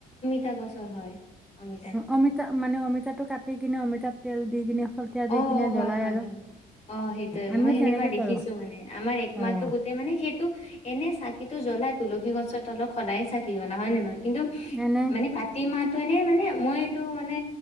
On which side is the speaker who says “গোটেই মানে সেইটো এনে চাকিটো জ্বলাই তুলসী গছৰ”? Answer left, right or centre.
Left